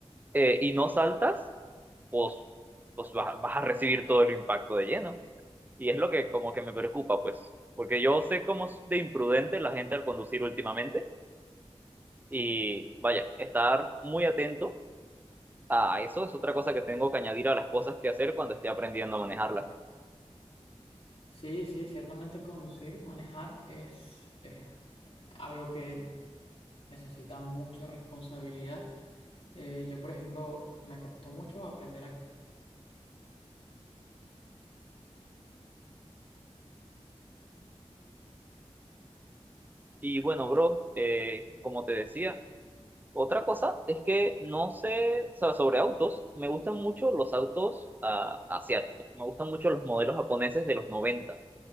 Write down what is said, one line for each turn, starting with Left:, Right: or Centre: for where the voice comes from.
Right: eh, y no saltas, pues, pues vas vas a recibir todo el impacto de lleno. Y es lo que como que me preocupa, pues, porque yo sé cómo es de imprudente la gente al conducir últimamente. Y vaya, estar muy atento a eso es otra cosa que tengo que añadir a las cosas que hacer cuando esté aprendiendo a manejarlas.
Left: Sí, sí, ciertamente conducir, manejar es, es algo que necesita mucha responsabilidad. Eh, yo, por ejemplo, me costó mucho aprender a...
Right: Y bueno, bro, eh, como te decía, Otra cosa es que no sé, o sea, sobre autos, me gustan mucho los autos ah, asiáticos, me gustan mucho los modelos japoneses de los 90,